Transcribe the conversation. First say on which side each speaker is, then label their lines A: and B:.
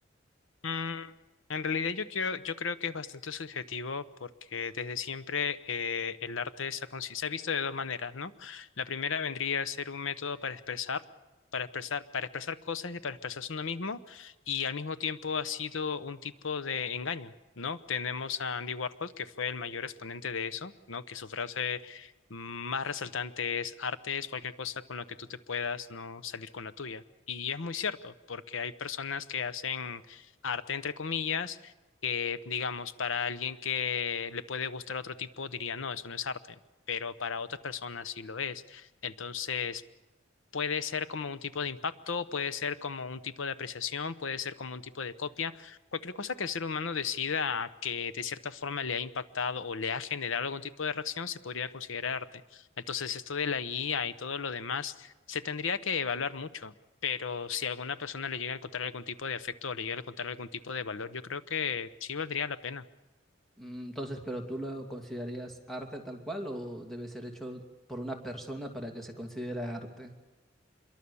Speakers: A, on the left (about 90°); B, in the centre.
A: Mm, en realidad yo quiero, yo creo que es bastante subjetivo porque desde siempre eh, el arte se ha, consi- se ha visto de dos maneras, ¿no? La primera vendría a ser un método para expresar, para expresar, para expresar cosas y para expresarse uno mismo, y al mismo tiempo ha sido un tipo de engaño, ¿no? Tenemos a Andy Warhol, que fue el mayor exponente de eso, ¿no? Que su frase más resaltante es arte es cualquier cosa con la que tú te puedas no salir con la tuya. Y es muy cierto, porque hay personas que hacen arte, entre comillas, que digamos, para alguien que le puede gustar otro tipo, diría, no, eso no es arte, pero para otras personas sí lo es. Entonces, Puede ser como un tipo de impacto, puede ser como un tipo de apreciación, puede ser como un tipo de copia. Cualquier cosa que el ser humano decida que de cierta forma le ha impactado o le ha generado algún tipo de reacción, se podría considerar arte. Entonces, esto de la IA y todo lo demás se tendría que evaluar mucho, pero si a alguna persona le llega a encontrar algún tipo de afecto o le llega a encontrar algún tipo de valor, yo creo que sí valdría la pena.
B: Mm, Entonces, ¿pero tú lo considerarías arte tal cual o debe ser hecho por una persona para que se considere arte?